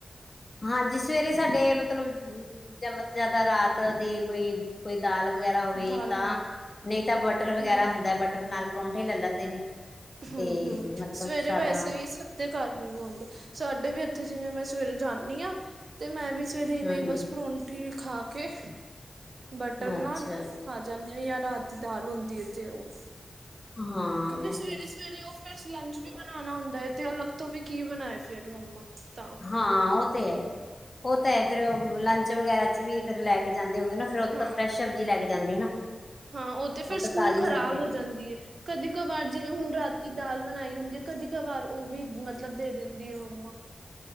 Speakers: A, on the left (about 30°); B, on the right (about 65°).
A: ਹਾਂਜੀ, ਸਵੇਰੇ ਸਾਡੇ ਮਤਲਬ ਜ-ਜਿਆਦਾ ਰਾਤ ਦੀ ਕੋਈ ਕੋਈ ਦਾਲ ਵਗੈਰਾ ਹੋਵੇ
B: ਦਾਲ
A: ਤਾਂ
B: ਹੋਏ
A: ਨਹੀਂ ਤਾਂ ਬਟਰ ਵਗੈਰਾ
B: ਹਮ
A: ਹੁੰਦਾ। ਬਟਰ ਨਾਲ ਪਰੌਂਠੇ ਲੈ ਲੈਂਦੇ ਨੇ।
B: ਹੂੰ-ਹੂੰ।
A: ਤੇ ਮਤਲਬ
B: ਸਵੇਰੇ
A: ਸਾਡਾ
B: ਵੈਸੇ ਵੀ ਸਭਦੇ ਘਰ ਈ ਨੀ ਆਉਂਦੇ ਸਾਡੇ ਵੀ ਇੱਥੇ ਜਿਵੇਂ ਮੈਂ ਸਵੇਰੇ ਜਾਂਨੀ ਆ ਤੇ ਮੈਂ ਵੀ ਸਵੇਰੇ ਇਵੇਂ
A: ਹਾਂਜੀ
B: ਹੀ ਬਸ ਪਰੋਠੇ ਖਾ ਕੇ ਬਟਰ
A: ਅੱਛਾ
B: ਨਾਲ ਖਾ ਜਾਂਨੇ ਆ ਜਾਂ ਰਾ ਦਾਲ ਹੁੰਦੀ ਐ ਤੇ ਉਹ ਕਿਉਂਕਿ
A: ਹਾਂ ਉਹ
B: ਸਵੇਰੇ-ਸਵੇਰੇ
A: ਤੇ ਹੈ।
B: ਓ ਫੇਰ ਲੰਚ ਵੀ ਬਣਾਨੲ ਹੁੰਦਾ ਐ ਤੇ ਅਲੱਗ ਤੋਂ ਵੀ ਕੀ ਬਣਾਏ ਫੇਰ ਮੰਮਾ ਤਾਂ
A: ਹਾਂ, ਉਹ ਤੇ ਹੈ ਹੀ, ਉਹ ਤਾਂ ਹੈ ਫੇਰ ਲੰਚ ਵਗੈਰਾ ਚ ਵੀ ਫਰ ਲੈ ਜਾਂਦੇ ਹੋਗੇ ਫਿਰ ਉਹ
B: ਹਾਂ
A: ਫਰੈਸ਼ ਸਬਜ਼ੀ ਲੈ ਕੇ ਜਾਂਦੇ ਆ ਨਾ।
B: ਹਾਂ ਉਹ ਤੇ ਫਿਰ
A: ਤਾਂ
B: ਸਕੂਲ
A: ਤਾਜ਼ੀ
B: ਖ਼ਰਾਬ
A: ਸਬਜ਼ੀ ਹਾਂ
B: ਹੋ ਜਾਂਦੀ ਐ। ਕਦੀ ਕ ਵਾਰ ਜਿਵੇਂ ਹੁਣ ਰਾਤ ਦਾਲ ਬਣਾਈ ਹੁੰਦੀ ਐ, ਕਦੀ ਕ ਵਾਰ ਉਹ ਵੀ ਮਤਲਬ ਦੇ ਦਿੰਦੀ ਆ ਮੰਮਾ।